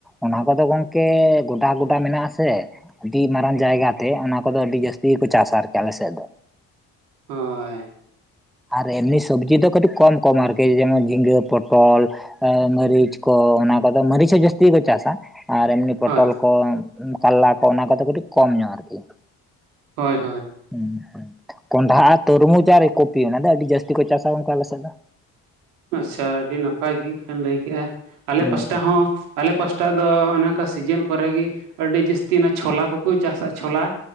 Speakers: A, in the centre; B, on the right.
A: ᱚᱱᱟ ᱠᱚᱫᱚ ᱜᱚᱝᱠᱮ ᱜᱚᱰᱟ ᱜᱚᱰᱟ ᱢᱮᱱᱟᱜ ᱟᱥᱮ ᱟᱹᱫᱤ ᱢᱟᱨᱟᱝ ᱡᱟᱭᱜᱟᱛᱮ ᱚᱱᱟ ᱠᱚᱫᱚ ᱟᱹᱰᱤ ᱡᱟᱹᱥᱛᱤ ᱜᱮᱠᱚ ᱪᱟᱥᱟ ᱟᱨᱠᱤ ᱟᱞᱮ ᱥᱮᱫ ᱫᱚ
B: ᱦᱚᱭ
A: ᱟᱨ ᱮᱢᱱᱤ ᱥᱚᱵᱽᱡᱤ ᱫᱚ ᱠᱟᱹᱴᱤᱡ ᱠᱚᱢ ᱠᱚᱢ ᱟᱨᱠᱤ ᱡᱮᱢᱚᱱ ᱡᱷᱤᱸᱜᱟᱹ ᱯᱚᱴᱚᱞ ᱮᱸ ᱢᱟᱹᱨᱤᱪ ᱠᱚ ᱚᱱᱟ ᱠᱚᱫᱚ ᱢᱟᱹᱨᱤᱪ ᱦᱚᱸ ᱡᱟᱹᱥᱛᱤ ᱜᱮᱠᱚ ᱪᱟᱥᱟ ᱟᱨ ᱮᱢᱱᱤ ᱯᱚᱴᱚᱞ
B: ᱦᱳᱭ
A: ᱠᱚ ᱠᱟᱞᱞᱟ ᱠᱚ ᱚᱱᱟ ᱠᱚᱫᱚ ᱠᱟᱹᱴᱤᱡ ᱠᱚᱢ ᱧᱚᱜ ᱟᱨᱠᱤ
B: ᱦᱳᱭ ᱦᱳᱭ
A: ᱦᱩᱸ ᱦᱩᱸ ᱠᱚᱸᱰᱷᱟ ᱟᱨ ᱛᱩᱨᱢᱩᱡᱽ ᱟᱨ ᱠᱚᱯᱤ ᱚᱱᱟ ᱫᱚ ᱟᱹᱰᱤ ᱡᱟᱹᱥᱛᱤ ᱠᱚ ᱪᱟᱥᱟ ᱜᱚᱝᱠᱮ ᱟᱞᱮᱥᱮᱫ ᱫᱚ
B: ᱟᱪᱪᱷᱟ ᱟᱹᱰᱤ ᱱᱟᱯᱟᱭ ᱜᱮ <unintelligible> ᱞᱟᱹᱭ ᱠᱮᱜ-ᱟ ᱟᱞᱮ
A: ᱦᱩᱸ
B: ᱯᱟᱥᱴᱟ ᱦᱚᱸ ᱟᱞᱮ ᱯᱟᱥᱴᱟ ᱫᱚ ᱚᱱᱮ ᱚᱝᱠᱟ ᱥᱤᱡᱤᱱ ᱠᱚᱨᱮ ᱜᱮ ᱟᱹᱰᱤ ᱡᱟᱹᱥᱛᱤ ᱚᱱᱟ ᱪᱷᱚᱞᱟ ᱠᱚᱠᱚ ᱪᱟᱥᱟ ᱪᱷᱚᱞᱟ